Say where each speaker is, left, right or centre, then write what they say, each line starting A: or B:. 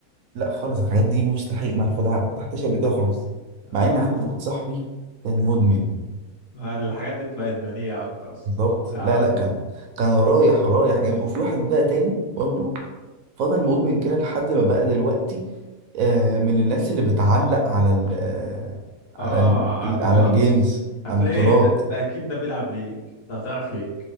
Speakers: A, on the right; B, on the left.
A: لا خالص الحاجات دي مستحيل ما فتح- فتحتش قبل كده خالص
B: آه.
A: مع ان عندي واحد صاحبي كان مدمن
B: ما الحاجات دي بتبقى ادمانيه اكتر اصلا
A: بالظبط
B: بتاع
A: لا
B: بت...
A: لا كان كان رايح رايح جامد وفي واحد بقى تاني برضو فضل مدمن كده لحد ما بقى دلوقتي آه، من الناس اللي بتعلق على ال آه،
B: اه
A: على ال
B: على البطولات
A: على الجيمز
B: هتلاقي
A: على البطولات
B: ده, ده اكيد ده بيلعب ليج لو تعرف ليج